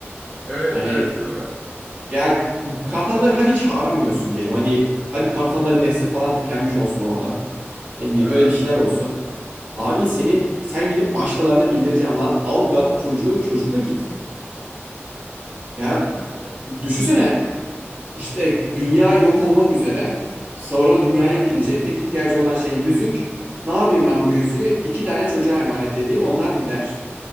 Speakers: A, in the centre; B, on the right.
A: Evet
B: Hani
A: evet değil mi?
B: ya kartalları hadi çağıramıyorsun diyelim. Hani hadi kartalların nesli falan tükenmiş olsun orada. Ne bileyim
A: Aha.
B: öyle bir şeyler olsun. Abi senin sen gidip başkalarına bildireceğim lan. Al ga- bu çocuğu çocukla git.
A: Yani.
B: Ya düşünsene işte
A: Yani.
B: dünya yok olmak üzere. Sauron dünyayı
A: Aha.
B: yok edecek. Tek ihtiyacı olan şey yüzük. Ne yapayım ben bu yüzüğü? İki tane çocuğa emanet edeyim onlar gider.